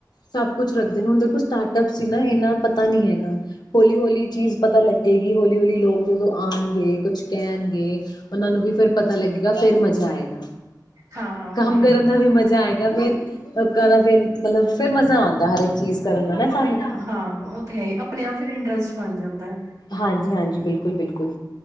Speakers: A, on the left (about 70°); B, on the right (about 45°).
A: ਸਭ ਕੁਛ ਰੱਖਦੇ ਨੇ ਹੁਣ ਦੇਖੋ ਸਟਾਰਟਅਪ ਸੀ ਨਾ ਇੰਨਾ ਪਤਾ ਨੀ ਹੈਗਾ ਹੌਲੀ ਹੌਲੀ ਚੀਜ਼ ਪਤਾ ਲੱ ਲੱਗੇਗੀ ਹੌਲੀ ਹੌਲੀ ਲੋਕ ਜਦੋਂ ਆਉਣਗੇ ਕੁਛ ਕਹਿਣਗੇ ਉਹਨਾਂ ਨੂੰ ਵੀ ਫਿਰ ਪਤਾ ਲੱਗੇਗਾ ਫਿਰ ਮਜ਼ਾ ਆਏਗਾ
B: ਹਾਂ-ਹਾਂ ਉਹ
A: ਕੰਮ
B: ਤੇ ਹੈ
A: ਕਰਨ
B: ਈ,
A: ਦਾ ਵੀ ਮਜ਼ਾ ਆਏਗਾ ਫੇਰ ਲੋਕਾਂ ਦਾ ਫੇਰ ਮਤਲਬ ਫੇਰ ਮਜ਼ਾ ਆਂਦਾ ਹਰ ਇੱਕ ਚੀਜ਼ ਕਰਨ ਦਾ ਨਾ ਸਾਨੂੰ
B: ਹਾਂ ਉਹ ਤੇ ਹੈ ਆਪਣੇ ਆਪ ਫਿਰ ਇੰਟਰਸਟ ਬਣ ਜਾਂਦਾ। ਹੈ।
A: ਹਾਂਜੀ ਹਾਂਜੀ ਬਿਲਕੁਲ ਬਿਲਕੁਲ